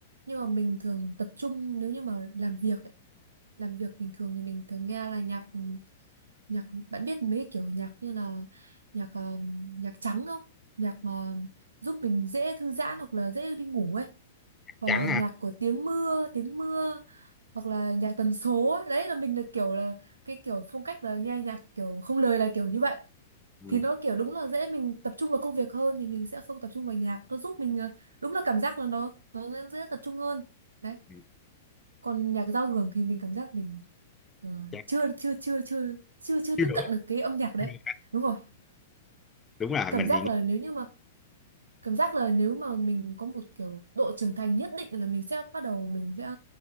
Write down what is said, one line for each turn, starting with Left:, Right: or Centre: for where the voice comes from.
Right: nhưng mà mình thường tập trung nếu như mà làm việc ấy, làm việc bình thường thì mình thường nghe là nhạc ừ, nhạc bạn biết mấy cái kiểu nhạc như là nhạc ờ, nhạc trắng không nhạc mà giúp mình dễ thư giãn hoặc là dễ đi ngủ ấy hoặc
Left: trắng
Right: là nhạc
Left: à
Right: của tiếng mưa tiếng mưa hoặc là nhạc tần số ấy. đấy là mình là kiểu là cái kiểu phong cách là nghe nhạc kiểu không lời là kiểu như vậy
Left: ừ.
Right: thì nó kiểu đúng là dễ mình tập trung vào công việc hơn thì mình sẽ không tập trung vào nhạc nó giúp mình à, đúng là cảm giác là nó nó dễ, dễ tập trung hơn đấy
Left: ừ,
Right: còn nhạc giao hưởng thì mình cảm giác mình ờ,
Left: trắng.
Right: chưa chưa chưa chưa chưa chưa
Left: chưa
Right: tiếp
Left: đủ
Right: cận được cái âm nhạc đấy
Left: chưa đủ.
Right: đúng rồi
Left: đúng rồi
Right: cảm
Left: mình
Right: giác
Left: thì nghe
Right: là nếu như mà cảm giác là nếu mà mình có một kiểu độ trưởng thành nhất định là mình sẽ bắt đầu mình sẽ